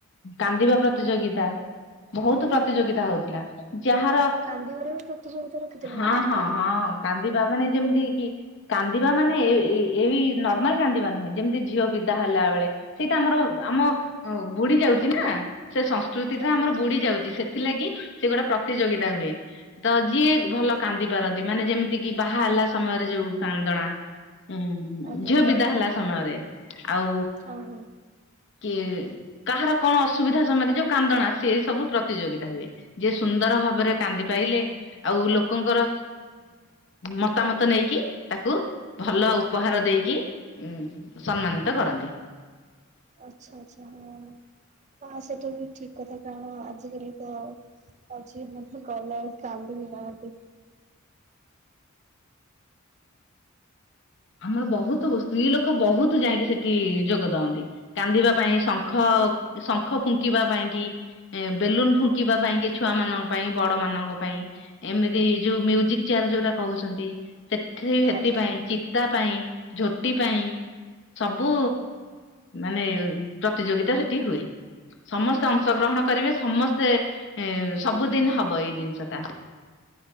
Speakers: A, on the left (about 55°); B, on the right (about 35°).
A: କାନ୍ଦିବା ପ୍ରତିଯୋଗିତା। ବହୁତ ପ୍ରତିଯୋଗିତା ହଉଥିଲା ଯାହାର
B: କାନ୍ଦିିବାର ବି ପ୍ରତିଯୋଗିତା ରଖିଥିଲେ?
A: ହଁ ହଁ ହଁ କାନ୍ଦିବା ମାନେ ଯେମିତି କି କାନ୍ଦିବା ମାନେ ଏଇ ନର୍ମାଲ କାନ୍ଦିବା ନୁହେଁ ଯେମିତି ଝିଅ ବି ହେଲା ବେଳେ ସେଇଟା ଆମର
B: ଓହୋ
A: ଆମ ବୁଡି ଯାଉଛି ନା ସେ କୃତି ଟା
B: ଆଜ୍ଞା।
A: ଆମର ବୁଡି ଯାଉଛି ସେଥିଲାଗି ସେ ଗୋଟେ ପ୍ରତିଯୋଗିତା ହୁଏ। ତ ଯିଏ ଭଲ କାନ୍ଦି ପାରନ୍ତି, ମାନେ ଯେମିତି କିି ବାହା ହେଲା ସମୟରେ ଯୋଉ କାନ୍ଦଣା। ହୁଁ
B: ଆଜ୍ଞା
A: ଝିଅ ବିଦା ହେଲା ସମୟରେ। ଆଉ
B: ହଁ ହଁ
A: କିଏ କାହାର କଣ ଅସୁବିଧା ସମୟରେ ଯୋଉ କାନ୍ଦଣା ସେ ଏଇ ସବୁ ପ୍ରତିଯୋଗିତା ହୁଏ। ଯିଏ ସୁନ୍ଦର ଭାବରେ କାନ୍ଦି ପାଇଲେ। ଆଉ ଲୋକଙ୍କର ମତାମତ ନେଇକି ତାକୁ ଭଲ
B: ଆଜ୍ଞା
A: ଉପହାର ଦେଇକି ଉ ସମ୍ମାନିତ କରନ୍ତି।
B: ଆଚଛା ଆଚଛା ହଁ ହଁ ସେଟା ବି ଠିକ କଥା କାରଣ ଆଜିକାଲି ତ ଆଛି ମତେ ଗଲା ଆଉ କାନ୍ଦ ବିି ନାହାନ୍ତି।
A: ଆମର ବହୁତ ସ୍ତ୍ରୀ ଲୋକ ବହୁତ ଯାଇକି ସେଠି ଯୋଗ ଦଅନ୍ତି କାନ୍ଦିବା ପାଇଁ ସ
B: ଓହୋ
A: ଶଙ୍ଖ ଫୁଙ୍କିବା ପାଇଁକି ବେଲୁନ ଫୁଙ୍କିବା
B: ଆଚ୍ଛା।
A: ପାଇଁକି ଛୁଆ ମାନଙ୍କ ପାଇଁ ବଡ ମାନଙ୍କ ପାଇଁ ଏମିତି ଯୋଉ ମ୍ୟୁଜିକ ଚେୟାର ଯୋଉଟା କହୁଛନ୍ତି ସେ ସେଥି
B: ଆଜ୍ଞା
A: ପାଇଁ
B: ଆଜ୍ଞା
A: ଚିତା ପାଇଁ ଝୋଟି ପାଇଁ। ସବୁ ମାନେ ପ୍ରତିଯୋଗିତା ସେଠି ହୁଏ। ସମସ୍ତେ ଅଂଶଗ୍ରହଣ କରିବେ ସମସ୍ତେ ଏ ସବୁଦିନ ହବ ଏଇ ଜିନିଷ ଟା।